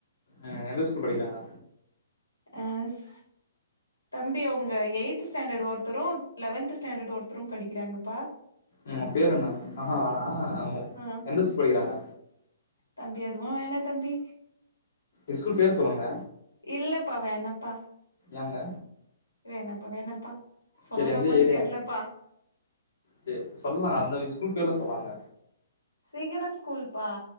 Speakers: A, on the left; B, on the left.
A: ஆ எந்த ஸ்கூல் படிக்கிறாங்க
B: ஆஸ் தம்பி அவ்ங்க எயித் ஸ்டாண்டர்ட் ஒர்த்தரு லெவன்த் ஸ்டாண்டர்ட் ஒர்த்தரு படிக்கிறாங்கப்பா
A: அவங்க பேரு என்ன ஆ ஹூ வேணா
B: ஆ
A: எந்த ஸ்கூல் படிக்கிறாங்க
B: தம்பி அதுவு வேணா தம்பி
A: எஸ்கூல் பேர் சொல்லுங்க
B: இல்லப்பா வேணாப்பா
A: ஏங்க
B: வேணாப்பா வேணாப்பா சொல்லலாமான்
A: செரி எந்த ஏரியாங்க
B: தெர்லப்பா
A: செர் சொல்லா அந்த ஸ்கூல் பேர்ல சொல்லாங்க
B: சிகரம் ஸ்கூல்ப்பா